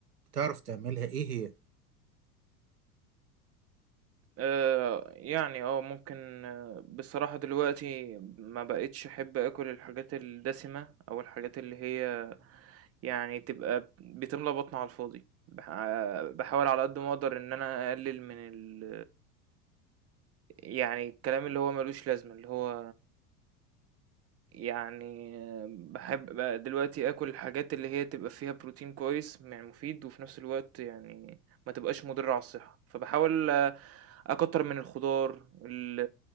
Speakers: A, on the right; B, on the right.
A: بتعرف تعملها ايه هي
B: آآ، يعني آه، ممكن آه، بصراحة دلوقتي ما بقيتش أحب آكل الحاجات الدسمة، أو الحاجات اللي هي يعني تبقى بتملى بطني على الفاضي، باح باحاول على قد ما أقدر إن أنا أقلل من ال يعني الكلام اللي هو ما لوش لازمة، اللي هو يعني باحب بقى دلوقتي آكل الحاجات اللي هي تبقى فيها بروتين كويس يعني مفيد وفي نفس الوقت يعني ما تبقاش مضرة على الصحة فباحاول أكتر من الخضار ال-